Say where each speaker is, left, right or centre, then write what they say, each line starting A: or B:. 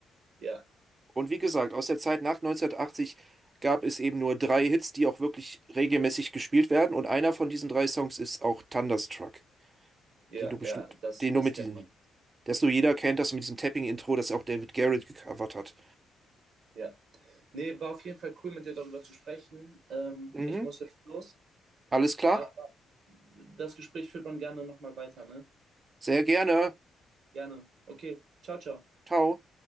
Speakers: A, on the right; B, on the right.
A: Ja,
B: Und wie gesagt, aus der Zeit nach 1980 gab es eben nur drei Hits, die auch wirklich regelmäßig gespielt werden. Und einer von diesen drei Songs ist auch Thunderstruck,
A: ja,
B: den du bestimmt,
A: ja, das,
B: den
A: das
B: du mit
A: kennt
B: diesem,
A: man.
B: das nur jeder kennt, das mit diesem Tapping-Intro, das auch David Garrett gecovert hat.
A: Ja. Nee, war auf jeden Fall cool, mit dir darüber zu sprechen. Ähm,
B: Mhm,
A: ich muss jetzt los.
B: alles klar?
A: Aber das Gespräch führt man gerne nochmal weiter, ne?
B: Sehr gerne.
A: Gerne. Okay. Ciao, ciao.
B: Ciao.